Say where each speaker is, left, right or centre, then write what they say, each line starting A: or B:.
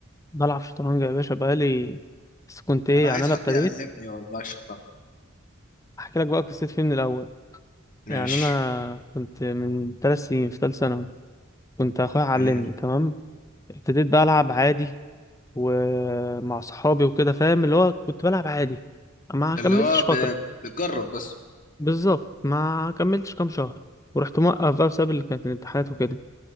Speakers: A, on the left; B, on the left.
A: بلعب شطرنج يا باشا بقالي بس كنت ايه
B: انا
A: يعني
B: عايز
A: انا
B: حد
A: ابتديت
B: يعلمني والله الشطرنج
A: احكي لك بقى قصتي فيه من الاول
B: ماشي
A: يعني انا كنت من ثلاث سنين في ثالث ثانوي كنت اخويا علمني
B: امم
A: تمام ابتديت بقى العب عادي ومع صحابي وكده فاهم اللي هو كنت بلعب عادي ما كملتش
B: اللي هو ب...
A: فترة
B: بتجرب بس
A: بالظبط ما كملتش كام شهر ورحت موقف بقى بسبب اللي كانت الامتحانات وكده